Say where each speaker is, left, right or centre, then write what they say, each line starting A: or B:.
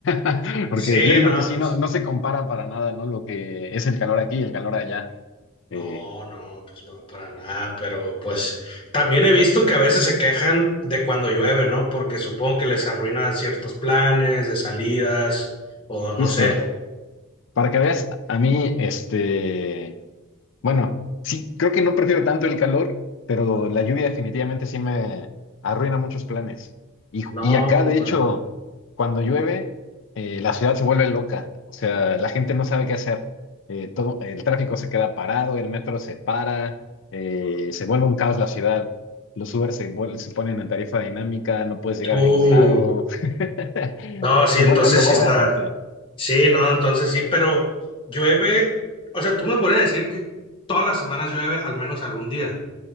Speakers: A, on the left (about 55°); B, on the left (about 25°).
A: <laughs> Porque
B: Sí,
A: yo digo
B: no,
A: que sí,
B: pues
A: no, no se compara para nada, ¿no? Lo que es el calor aquí y el calor allá.
B: no,
A: Eh,
B: no, pues no, para nada, pero pues también he visto que a veces se quejan de cuando llueve, ¿no? Porque supongo que les arruina ciertos planes de salidas o
A: justo.
B: no sé.
A: Para que veas, a mí, este, Bueno, sí, creo que no prefiero tanto el calor, pero la lluvia definitivamente sí me arruina muchos planes. Y,
B: No,
A: y acá,
B: hombre.
A: de hecho, cuando llueve, eh, la ciudad se vuelve loca. O sea, la gente no sabe qué hacer. Eh, todo, el tráfico se queda parado, el metro se para, eh, se vuelve un caos la ciudad. Los Uber se, vuel- se ponen en tarifa dinámica, no puedes llegar
B: Uh,
A: a ningún lado. <laughs>
B: no,
A: Se
B: sí, entonces
A: vuelve loca
B: sí está.
A: la gente.
B: Sí, no, entonces sí, pero llueve, o sea, tú me podrías decir que todas las semanas llueve al menos algún día.